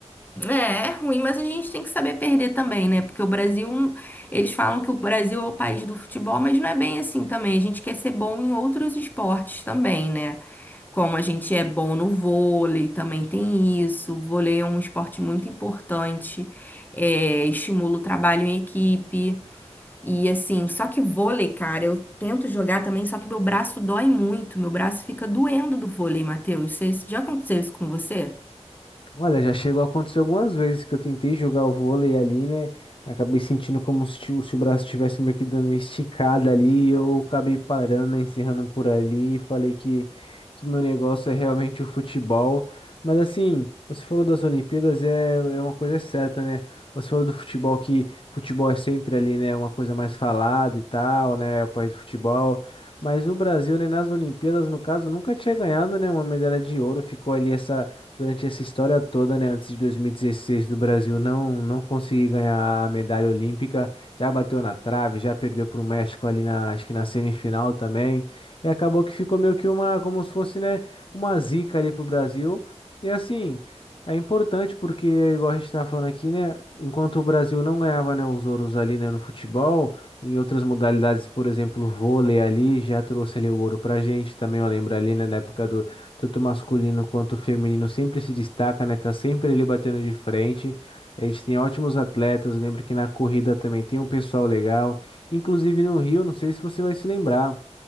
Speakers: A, on the left; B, on the left.
A: É, é ruim, mas a gente tem que saber perder também, né? Porque o Brasil, um, eles falam que o Brasil é o país do futebol, mas não é bem assim também. A gente quer ser bom em outros esportes também, né? Como a gente é bom no vôlei, também tem isso. O vôlei é um esporte muito importante, é, estimula o trabalho em equipe. E assim, só que vôlei, cara, eu tento jogar também, só que meu braço dói muito, meu braço fica doendo do vôlei, Matheus. Cês- Já aconteceu isso com você?
B: Olha, já chegou a acontecer algumas vezes que eu tentei jogar o vôlei ali, né? Acabei sentindo como se, o se o braço estivesse meio que dando uma esticada ali, e eu acabei parando, né, encerrando por ali, e falei que, que meu negócio é realmente o futebol. Mas assim, você falou das Olimpíadas, é, é uma coisa certa, né? Você falou do futebol, que futebol é sempre ali, né, uma coisa mais falada e tal, né, é o país do futebol. Mas o Brasil, né, nas Olimpíadas, no caso, nunca tinha ganhado, né, uma medalha de ouro, ficou ali essa durante essa história toda, né, antes de 2016 do Brasil não não conseguir ganhar a medalha olímpica, já bateu na trave, já perdeu para o México ali na, acho que na semifinal também, e acabou que ficou meio que uma, como se fosse, né, uma zica ali pro Brasil. E assim, é importante porque, igual a gente tá falando aqui, né, enquanto o Brasil não ganhava, né, os ouros ali, né, no futebol, em outras modalidades, por exemplo, o vôlei ali já trouxe ali o ouro pra gente, também eu lembro ali, né, na época do tanto masculino quanto feminino, sempre se destaca, né? Tá sempre ali batendo de frente. A gente tem ótimos atletas. Lembro que na corrida também tem um pessoal legal. Inclusive no Rio, não sei se você vai se lembrar.